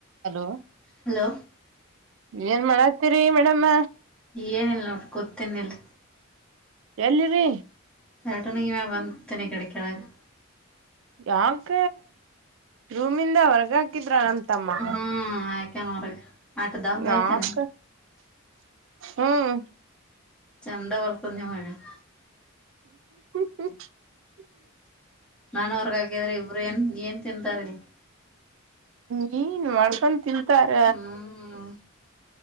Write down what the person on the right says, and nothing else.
Hello.
ಏನ್ ಮಾಡತೀರಿ ಮೇಡಮ್ಮ.
ಎಲ್ಲಿದ್.
ಯಾಕ ರೂಮಿಂದ ಹೊರ್ಗ ಹಾಕಿದ್ರ. ತಮ್ಮ
ಯಾಕ.
ಹ್ಮ್.
ಹ. <inaudible>
ನೀನ್ ಮಾಡ್ಕ ತಿಂತಾರ